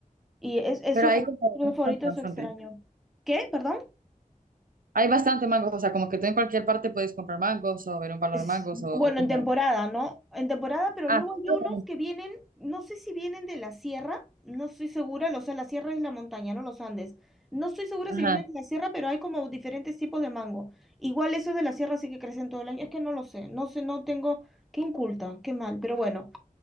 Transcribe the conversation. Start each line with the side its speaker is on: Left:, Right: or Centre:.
Centre: Y es eso
Right: Pero hay
Centre: como
Right: como
Centre: fruta
Right: bastante,
Centre: favorito,
Right: bastante.
Centre: eso extraño. ¿Qué? ¿Perdón?
Right: Hay bastante mangos, o sea, como que tú en cualquier parte puedes comprar mangos o ver un palo
Centre: Es-
Right: de mangos
Centre: bueno,
Right: o, o cómo
Centre: en temporada,
Right: es.
Centre: ¿no? En temporada, pero
Right: Ah,
Centre: luego
Right: sí,
Centre: hay unos
Right: bueno,
Centre: que vienen, no sé si vienen de la sierra, no estoy segura, o sea, la sierra es la montaña, no los Andes. No estoy segura
Right: ajá.
Centre: si vienen de la sierra, pero hay como diferentes tipos de mango. Igual esos de la sierra sí que crecen todo el año, es que no lo sé, no sé, no tengo, qué inculta, qué mal, pero bueno.